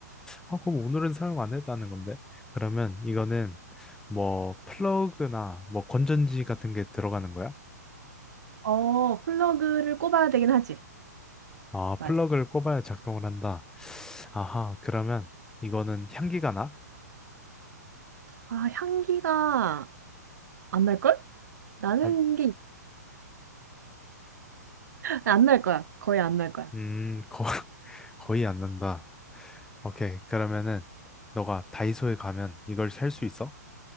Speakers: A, in the centre; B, on the right (about 70°).
A: 아, 그럼 오늘은 사용 안 했다는 건데. 그러면 이거는 뭐 플러그나 뭐 건전지 같은 게 들어가는 거야?
B: 어, 플러그를 꼽아야 되긴 하지.
A: 아,
B: 맞아.
A: 플러그를 꼽아야 작동을 한다. 아하, 그러면 이거는 향기가 나?
B: 아, 향기가 안 날걸? 나는
A: 안,
B: 게 안 날 거야. 거의 안 날 거야.
A: 음, 거, <laughs> 거의 안 난다. 오케이. 그러면은, 너가 다이소에 가면 이걸 살 수 있어?